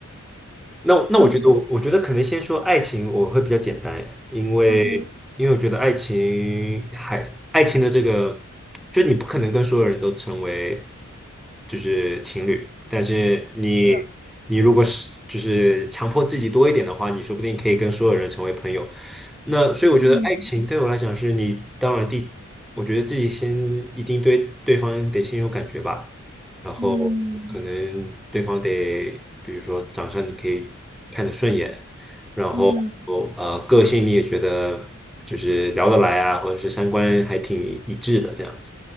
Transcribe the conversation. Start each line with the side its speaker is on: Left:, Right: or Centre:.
Centre: 那那我觉得我我觉得可能先说爱情，
Right: 你你
Centre: 我会比较简单，因为因为我觉得爱情还爱情的这个，
Right: OK，
Centre: 就你不可能跟所有人都成为就是情侣，但是你
Right: 是的，
Centre: 你如果是就是强迫自己多一点的话，你说不定可以跟所有人成为朋友。那所以我觉得爱情对我来讲是你当然第，
Right: 嗯
Centre: 我觉得自己先一定对对方得先有感觉吧。然后可能对方得，
Right: 嗯
Centre: 比如说长相你可以看得顺眼，然后
Right: 嗯
Centre: 呃个性你也觉得就是聊得来啊，或者是三观还挺一致的这样，